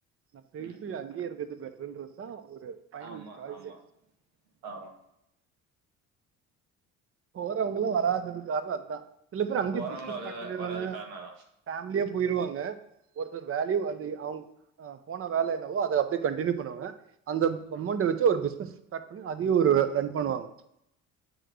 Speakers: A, on the right (about 30°); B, on the right (about 70°).
A: நா <unintelligible>
B: ம்
A: அங்கயே இருக்கறது பெட்ட ருன்றதுதா ஒரு ஃபைனல்
B: ஆமா
A: சாய்ஸே
B: ஆமா ஆமா
A: போறவங்கள வராதது காரணோ அத்தா சில பேர் அங்கயே
B: போறவங்களு
A: பிஸ்னஸ்
B: வர
A: ஸ்டார்ட் பண்ணிடுறாங்க
B: வராது காரண அதா
A: பேமிலியா போயிருவாங்க ஒருத்தர் வேல்யூ வந்து அவுங் ஆ போன வேல என்னவோ அது அப்படியே கண்டினியூ பண்ணுவாங்க அந்தது
B: ஆமா
A: அமௌண்ட வெச்சு ஒரு பிஸ்னஸ் ஸ்டார்ட் பண்ணி அதையு ஒரு ரன் பண்ணுவாங்க